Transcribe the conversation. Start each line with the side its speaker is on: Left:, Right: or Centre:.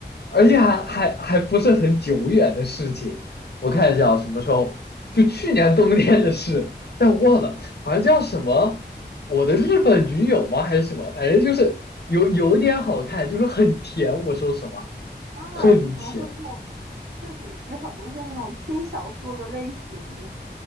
Left: 而且还还还不是很久远的事情。我看一下啊，什么时候？就去年冬天的事，但我忘了，好像叫什么“我的日本女友”吗？还是什么？反正就是有有一点好看，就是很甜。我说实话，
Right: 啊，
Left: 很甜。
Right: 怎么说这种就是有很多会那种轻小说的类型，